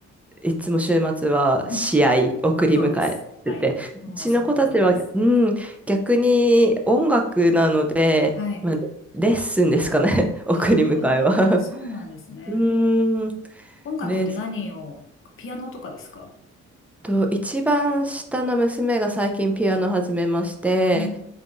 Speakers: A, in the centre; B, on the left.
A: いつも週末は試合送り迎えてて、
B: <laughs> そうです。はい。もうその通りです。
A: うちの子たちは、うん、逆に音楽なので、
B: はい。
A: まあ、レッスンですかね、<laughs> 送り迎えは。
B: ああ、そうなんですね。
A: <laughs> うーん、
B: 音楽って何を、
A: です
B: ピアノとかですか
A: と、一番下の娘が最近ピアノ始めまして、
B: うん